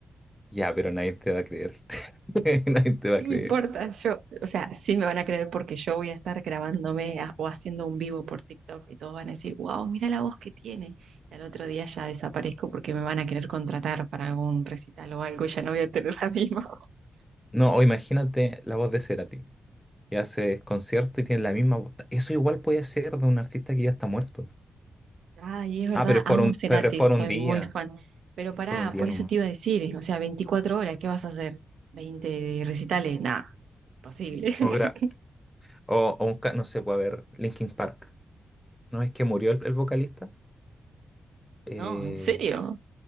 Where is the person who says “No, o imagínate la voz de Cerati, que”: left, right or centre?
Centre